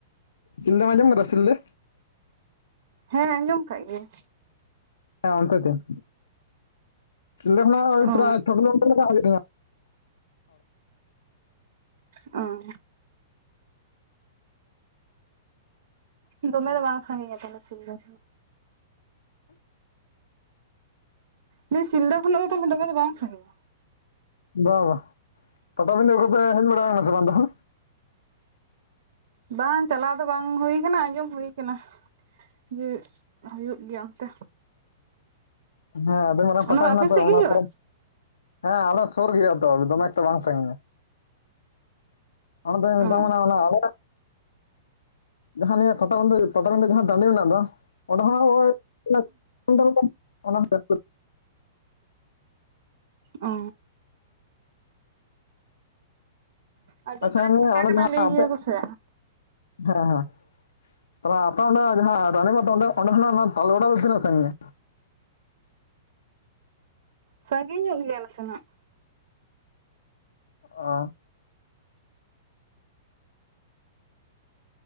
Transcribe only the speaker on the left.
ᱥᱤᱞᱫᱟᱹᱢ ᱟᱸᱡᱚᱢ ᱟᱠᱟᱫᱟ ᱥᱤᱞᱫᱟᱹᱼᱼ
ᱦᱮᱸ ᱚᱱᱛᱮ ᱛᱤᱧ ᱥᱤᱞᱫᱟᱹ ᱠᱷᱚᱱᱟᱜ
ᱯᱮᱨᱟᱭ ᱪᱷᱚ ᱠᱤᱞᱳ ᱢᱤᱴᱟᱨ ᱦᱳᱭᱳᱜ ᱛᱤᱧᱟ
ᱵᱟ ᱵᱟ ᱯᱟᱴᱟᱵᱤᱫᱟᱹ ᱠᱚ ᱯᱮ ᱦᱮᱡ ᱵᱟᱲᱟ ᱠᱟᱱᱟ ᱥᱮ ᱵᱟᱝ ᱛᱟᱦᱟᱞᱮᱼᱼ
ᱦᱮᱸ ᱟᱰᱤ ᱢᱟᱨᱟᱝ
ᱯᱟᱛᱟ ᱦᱮᱱᱟᱜ
ᱫᱚ
ᱚᱱᱟ
ᱯᱚᱨᱮ ᱦᱮᱸ ᱟᱞᱮ ᱥᱩᱨ ᱜᱮᱭᱟ ᱛᱚ ᱫᱚᱢᱮ ᱮᱠᱴᱟ ᱵᱟᱝ ᱥᱟᱺᱜᱤᱧᱟ ᱚᱱᱮ ᱛᱮᱸᱧ ᱢᱮᱛᱟᱢ
ᱠᱟᱱᱟ ᱚᱱᱮ ᱟᱞᱮ ᱡᱟᱦᱟᱸ ᱱᱤᱭᱟᱹ ᱯᱟᱛᱟ ᱵᱤᱸᱫᱟᱹ ᱯᱟᱛᱟᱵᱤᱸᱫᱟᱹ ᱡᱟᱦᱟᱸ ᱴᱟᱺᱰᱤ ᱢᱮᱱᱟᱜ ᱫᱚ ᱚᱸᱰᱮ ᱠᱷᱚᱱᱟᱜ ᱳᱭ <unintelligible>
ᱟᱪᱪᱷᱟ
ᱚᱱᱮ,
ᱚᱱᱮ
ᱡᱟᱦᱟᱸ
ᱟᱯᱮ,
ᱦᱮᱸ ᱦᱮᱸ ᱾ ᱛᱟᱦᱚᱞᱮ ᱟᱯᱮ ᱚᱸᱰᱮ ᱡᱟᱦᱟᱸ ᱨᱟᱱᱤᱵᱟᱱᱫ ᱚᱸᱰᱮ ᱚᱸᱰᱮ ᱠᱷᱚᱱᱟᱜ ᱚᱱᱟ ᱛᱟᱞᱵᱮᱲᱟ ᱫᱚ ᱛᱤᱱᱟᱜ ᱥᱟᱺᱜᱤᱧᱟ?
ᱚ ᱾